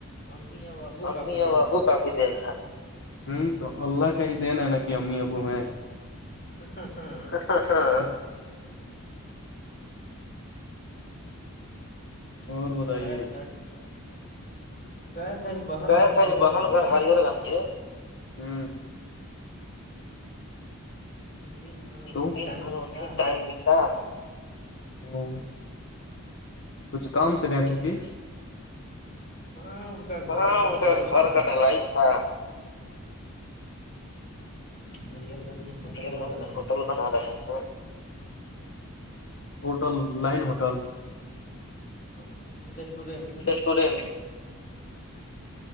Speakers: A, on the left; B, on the left.
A: امی اور بابو
B: امی
A: کا بھی دین
B: اور ابو
A: ہے
B: کا دین ہ تو اللہ کا ہی دین ہے نا کہ امی ابو ہیں
A: <unintelligible>
B: <unintelligible> اور
A: ہم
B: بتائیے
A: تو گئے تھے آج گئے تھے آج بہن
B: گئے
A: گھر
B: تھے
A: ہریر
B: بہن
A: گنج جی،
B: گھر ہرہر گنج ج ہ
A: دن بھر
B: <unintelligible>
A: انیں ٹائم بتا
B: کچھ کام
A: شام
B: سے گئے تھے
A: کے
B: کہ
A: آئے ہاں کا
B: ہاں
A: گھر
B: ان
A: ڈھلائی
B: کا گھر
A: تھا
B: کا ڈھلائی تھا
A: ہریہر گنج میں ہوٹل
B: ہرر
A: بنا
B: گنج
A: رہے
B: میں ہوٹل
A: ہیں
B: بنا رہے ہیں ہوٹل لائن ہوٹل
A: ہاں ریسٹورینٹ
B: اسڈینٹ